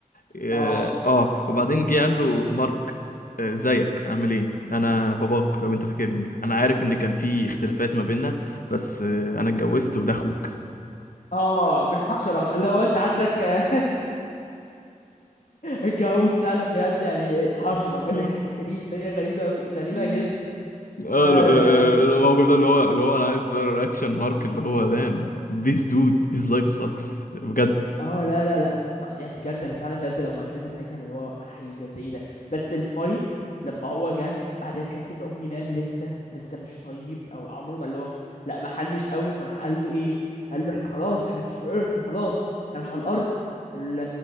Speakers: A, on the left; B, on the left.
A: اه
B: اه
A: آه، وبعدين جه قال له مارك آه، ازيك عامل ايه انا باباك ف- وانت فاكرني انا عارف ان كان في اختلافات ما بيننا بس آه، انا اتجوزت وده اخوك
B: اه من حشره لو انت عندك <laughs> <laughs> الجاموس فعلا بجد يعني إيه، حشرة
A: آه،
B: الحتة دي اللي هي غريبة أوي غريبة
A: <laughs>
B: جدا
A: آه،
B: فعلا
A: ال- ال-
B: يعني
A: الموقف ده اللي هو اللي هو انا عايز بقى رياكشن مارك اللي هو دام this dude his life sucks بجد
B: اه لا لا لا يعني بجد انا فعلا بجد لو مكانه ساعتها اللي هو حي بجد ايه ده بس الفايت لما هو جه بعدين تحس ان اومني مان لسه لسه مش طيب او عمره ما اللي هو لا ما حلش قوي فراح قال له ايه قال له احنا خلاص احنا مش في ايرث خلاص احنا مش على الارض ال-